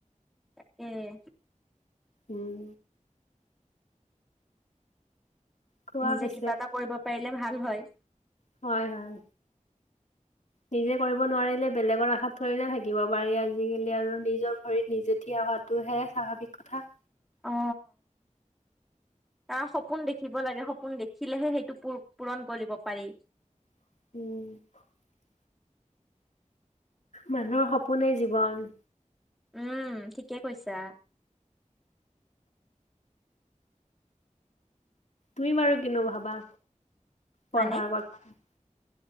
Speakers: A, in the centre; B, on the left.
A: সেইয়ে।
B: উম। কোৱা
A: নিজে
B: পিছে
A: কিবা এটা কৰিব পাৰিলে, ভাল হয়।
B: হয় হয়। নিজে কৰিব নোৱাৰিলে বেলেগৰ আশাত থৰিনা থাকিব পাৰি আজিকালি আৰু নিজৰ ভৰিত নিজে থিয় হোৱাটোহে স্বাভাৱিক কথা।
A: অ। অ অ সপোন দেখিব লাগে, সপোন দেখি দেখিলেহে সেইটো পু পুৰণ কৰিব পাৰি।
B: <unintelligible> মানুহৰ সপোনে জীৱন।
A: উম ঠিকে কৈছা।
B: তুমি বাৰু কিনো ভাবা। পঢ়াৰ
A: মানে
B: কথা।